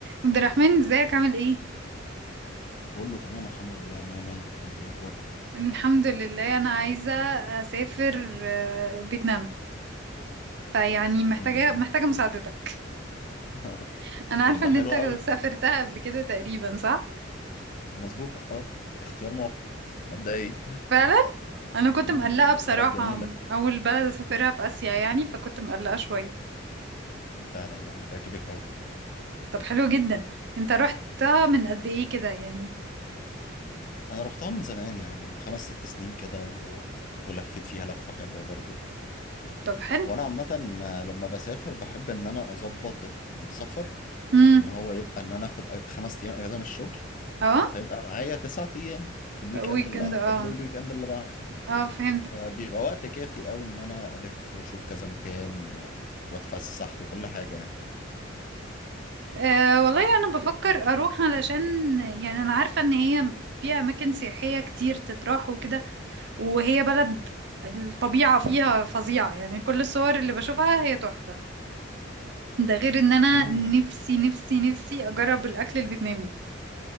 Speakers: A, on the right; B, on the left.
A: عبد الرحمن ازيك عامل ايه
B: بقول له تمام الحمد لله مية مية انت ايه اخبارك
A: الحمد لله انا عايزه اسافر آه، فيتنام فيعني محتاجه
B: مم.
A: محتاجه مساعدتك
B: <laughs>
A: <laughs> انا عارفه
B: طب ده
A: ان
B: حلو
A: انت
B: قوي
A: سافرتها قبل كده تقريبا صح
B: مظبوط اه اختيار موفق مبدئيا
A: فعلا انا كنت
B: مم،
A: مقلقه
B: لا،
A: بصراحه
B: بلد جميلة
A: اول بلد اسافرها في اسيا يعني فكنت مقلقه شويه
B: لا لا لا هتعجبك قوي
A: طب حلو جدا انت رحتها من قد ايه كده يعني
B: انا رحتها من زمان يعني من خمس ست سنين كده و... ولفيت فيها لفة حلوة برضو
A: طب حلو
B: وانا عامة آه، لما بسافر بحب ان انا اظبط السفر
A: امم
B: ان هو يبقى ان انا اخد أ- خمس ايام اجازة من الشغل
A: اه
B: فيبقى معايا تسعة ايام بالويك
A: ويكند
B: اند اللي
A: اه
B: قبله والويك اند اللي بعده
A: اه فهمت
B: فبيبقى وقت كافي قوي ان انا الف واشوف كذا مكان و... واتفسح وكل حاجه يعني
A: أه والله انا بفكر اروح علشان يعني انا عارفة ان هي فيها اماكن سياحية كتير تتراح وكده وهي بلد الطبيعة فيها فظيعة يعني كل الصور اللي بشوفها هي تحفة ده غير ان انا
B: امم
A: نفسي نفسي نفسي اجرب الاكل الفيتنامي